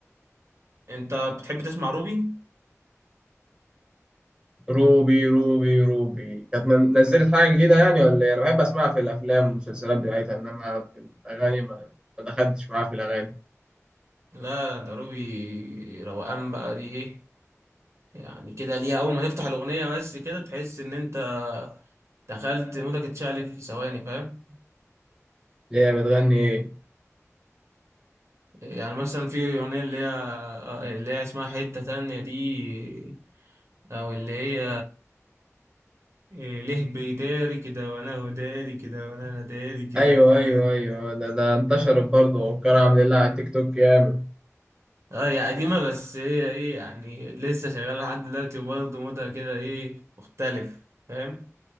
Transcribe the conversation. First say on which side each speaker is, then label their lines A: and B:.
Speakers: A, on the right; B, on the right.
A: انت بتحب تسمع روبي
B: روبي روبي روبي كانت من- نزلت حاجة جديدة يعني ولا إيه؟ أنا بحب أسمعها في الأفلام والمسلسلات بتاعتها إنما في الأغاني ما, ما دخلتش معاها في الأغاني
A: لا ده روبي روقان بقى دي ايه يعني كده ليها اول ما تفتح الاغنيه بس كده تحس ان انت دخلت مودك اتشقلب في ثواني فاهم
B: اللي هي بتغني إيه؟
A: يعني مثلا في اغنيه اللي هي آه، اللي هي اسمها حته تانية دي او اللي هي إيه، ليه بيداري كده وانا وداري كده وانا أنا داري كده
B: أيوه
A: وانا
B: أيوه أيوه ده ده انتشرت برضه وكان عامل لها على تيك توك جامد
A: اه هي قديمة بس هي ايه يعني لسه شغالة لحد دلوقتي وبرضه مودها كده ايه مختلف فاهم؟